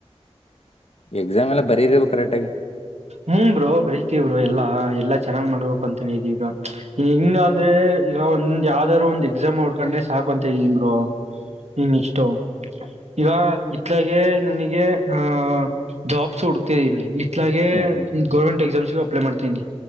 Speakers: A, on the left; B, on the right.
A: ಎಕ್ಸಾಮ್ ಎಲ್ಲ ಬರೀವು ಕರೆಕ್ಟ್ಗಾಗಿ
B: ಹು ಬ್ರೋ ಬರಿತವರು ಎಲ್ಲಾ ಎಲ್ಲಾ ಚೆನ್ನಾಗ್ ಮಾಡ್ಬೇಕಕ್ ಅಂತಾನ ಇದೀಗ ಹೆಂಗಂದ್ರೆ ಈಗ ಒಂದ್ ಯಾವ್ದಾದ್ರು ಒಂದ್ ಎಕ್ಸಾಮ್ ನೋಡ್ಕೊಂಡ್ರೆ ಸಾಕ ಅಂತ ಇದ ನಿಮರು ಹ್ಮ್ ಇಷ್ಟ ಈಗ ಇತ್ಲಾಗೆ ನನಗೆ ಆಹ ಜಾಬ್ಸ್ ಹುಡ್ತಿದ್ದೀನಿ ಇಲಾಗೆ
A: ಹ್ಮ್ ಹ್ಮ್
B: ಗರ್ಮೆಂಟ್ ಎಕ್ಸಾಮ್ಸ್ ಅಪ್ಲೈ ಮಾಡತಿನಿ